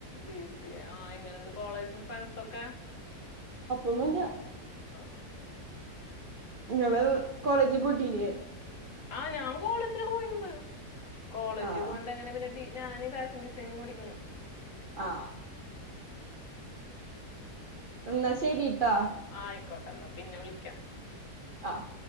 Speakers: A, on the left; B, on the right.
A: B C A. ആ എങ്ങനെയുണ്ട് കോളേജും ഫ്രണ്ട്സ് ഒക്കെ
B: ഒന്നുല്ല്യ
A: ആ
B: ഇങ്ങള് കോളേജ് പോയിട്ടില്ലേ
A: ആ ഞാൻ കോളേജില് പോയിണ്ട് കോളേജി
B: ആഹ്
A: പോവാണ്ടെങ്ങനെ പിന്നെ ട്ടീ ഞാന് ഫാഷൻ ഡിസൈനിങ്ങ് പഠിക്കണ്
B: ആ ന്നാ ശരിട്ടാ
A: ആയിക്കോട്ടെ എന്നാ പിന്നെ വിളിക്കാം
B: ആഹ്